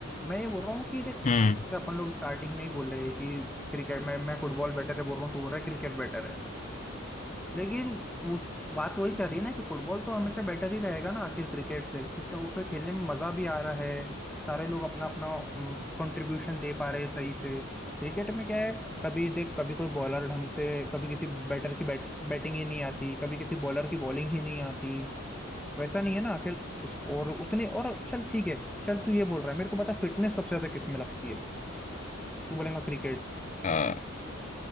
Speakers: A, in the centre; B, on the left.
A: मैं ये बोल रहा हूँ कि देख
B: है। हम्म
A: जैसे अपन लोग स्टार्टिंग में ही बोल रहे हैं कि क्रिकेट में मैं फुटबॉल बेटर है बोल रहा हूँ तू बोल रहा है क्रिकेट बेटर है लेकिन वो बात वही चल रही है ना कि फुटबॉल तो हमेशा बेटर ही रहेगा ना आखिर क्रिकेट से कितना उसमें खेलने में मजा भी आ रहा है सारे लोग अपना अपना कंट्रीब्यूशन दे पा रहे हैं सही से क्रिकेट में क्या है कभी देख कभी कोई बॉलर ढंग से कभी किसी बैटर की बैट बैटिंग ही नहीं आती कभी किसी बॉलर की बॉलिंग ही नहीं आती वैसा नहीं है ना आखिर उस, और उतने और चल ठीक है चल तू ये बोल रहा है मेरे को पता फिटनेस सबसे ज्यादा किस में लगती है तू बोलेगा क्रिकेट
B: हाँ